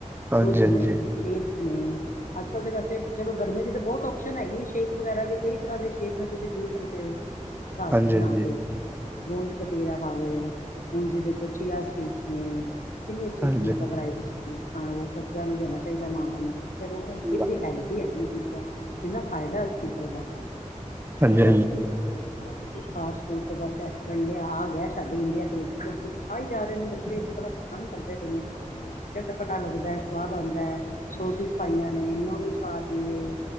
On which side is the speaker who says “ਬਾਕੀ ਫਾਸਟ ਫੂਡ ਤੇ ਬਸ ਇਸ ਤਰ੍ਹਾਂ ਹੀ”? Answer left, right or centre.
Left